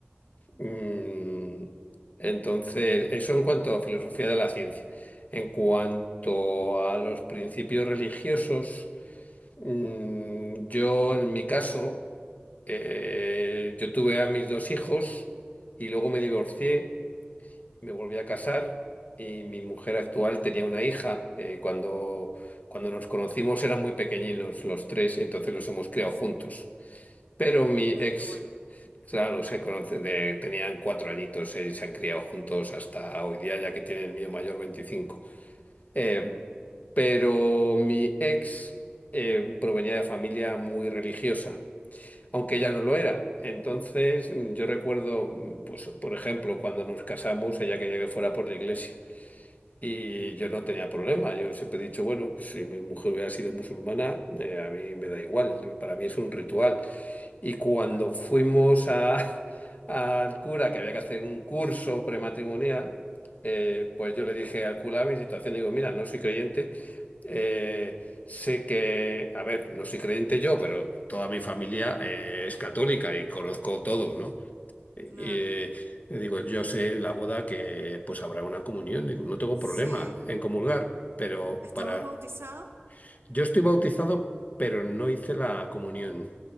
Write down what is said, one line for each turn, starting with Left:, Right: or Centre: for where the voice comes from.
Left: Mm, Entonces, eso en cuanto a filosofía de la ciencia. En cuanto a los principios religiosos, mm, yo en mi caso. Eh, yo tuve a mis dos hijos y luego me divorcié, me volví a casar y mi mujer actual tenía una hija. Eh, cuando, cuando
Right: Mm,
Left: nos conocimos eran muy pequeñinos los tres, entonces los hemos criado
Right: sí.
Left: juntos. Pero mi ex,
Right: Ay, qué bueno.
Left: claro, se conoce de- tenían cuatro añitos, eh, se han criado juntos hasta hoy día, ya que tiene el mío mayor 25. Eh,
Right: Mm,
Left: pero mi ex eh, provenía de familia muy religiosa aunque ya no lo era. Entonces, mm, yo recuerdo, mm, pues, por ejemplo, cuando nos casamos, ella quería que fuera por la iglesia. Y yo no tenía problema. Yo siempre he dicho, bueno, pues, si mi mujer hubiera sido musulmana, eh, a mí me da igual. Para mí es un ritual. Y cuando
Right: claro,
Left: fuimos a- <laughs> al cura, que había que hacer un curso prematrimonial, eh, pues yo le dije al cura mi situación, digo, mira, no soy creyente, eh, sé que, a ver, no soy creyente yo, pero toda mi familia eh, es católica y conozco todo, ¿no? Y
Right: claro.
Left: eh, le digo, yo sé en la boda que pues habrá una comunión, digo, no tengo
Right: Sí.
Left: problema en comulgar, pero
Right: ¿Estabas
Left: para
Right: bautizado?
Left: yo estoy bautizado, pero no hice la comunión.